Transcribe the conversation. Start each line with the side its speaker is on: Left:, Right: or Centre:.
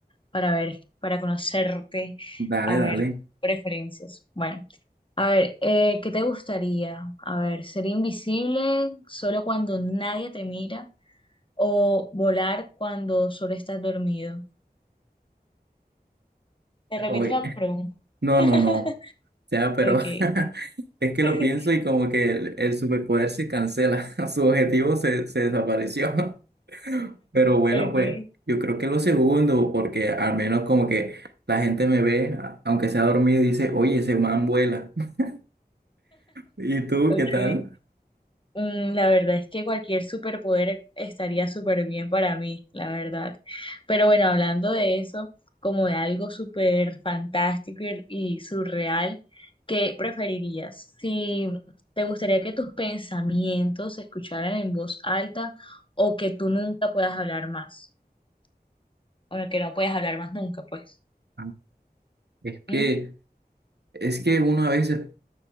Left: para ver, para conocerte,
Right: Dale,
Left: a
Right: dale.
Left: ver preferencias. Bueno, a ver, eh, ¿qué te gustaría? A ver, ¿ser invisible solo cuando nadie te mira o volar cuando solo estás dormido? Te repito
Right: Oye,
Left: la
Right: <laughs>
Left: pregunta.
Right: No,
Left: <laughs>
Right: no, no. O sea, pero
Left: Ok.
Right: <laughs> es que
Left: <laughs>
Right: lo pienso y como que el, el superpoder se cancela, <laughs> su objetivo se, se desapareció. Pero bueno,
Left: Okay,
Right: pues yo creo que lo segundo, porque al menos como que la gente me ve, a- aunque sea dormido, y dice, oye, ese man vuela. <laughs> ¿Y tú
Left: okay.
Right: qué tal?
Left: Mm, la verdad es que cualquier superpoder estaría súper bien para mí, la verdad. Pero bueno, hablando de eso, como de algo súper fantástico y, y surreal, ¿qué preferirías? Si te gustaría que tus pensamientos se escucharan en voz alta o que tú nunca puedas hablar más, o que no puedas hablar más nunca, pues.
Right: Ah, Es que,
Left: ¿Mm?
Right: es que uno a veces